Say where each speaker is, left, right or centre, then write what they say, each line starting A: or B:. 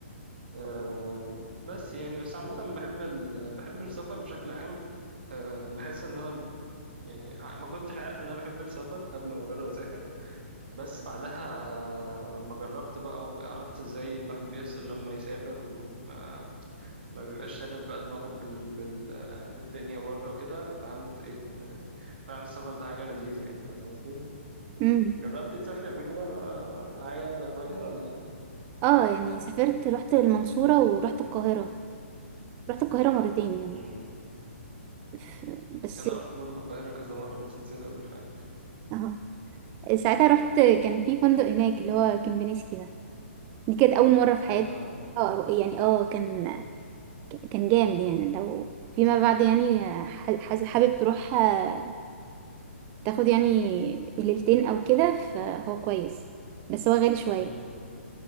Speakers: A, on the right; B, on the right.
A: آه، بس يعني بس عامة بحب ال... بحب السفر بشكل عام أه بحس ان انا ب- يعني ه- ما كنتش عارف ان انا بحب السفر قبل ما اجرب اسافر بس بعدها لما جربت بقى وعرفت ازاي الواحد بيفصل لما يسافر وما ما بيبقاش شاغل بقى دماغه بال... بال... آه، بالدنيا بره وكده فهمت ايه إن- فعلا السفر ده حاجة لذيذة يعني فاهم قصدي
B: امم
A: جربتي تسافري قبل كده آه، لحاجة ترفيهية ولا
B: اه يعني سافرت رحت المنصوره ورحت القاهره رحت القاهره مرتين يعني
A: مم.
B: ف- بس
A: انا رحت برضه القاهرة كذا مرة بس نسيت اقول فعلا
B: آه. ساعتها رحت كان في فندق هناك اللي هو كمبينيسكي ده دي كانت اول مره في حياتي
A: اه
B: اه يعني اه كان كان جامد يعني لو فيما بعد يعني ح- حاس- حابب تروح آه، تاخد يعني ليلتين او كده فهو كويس بس هو غالي شويه
A: مم.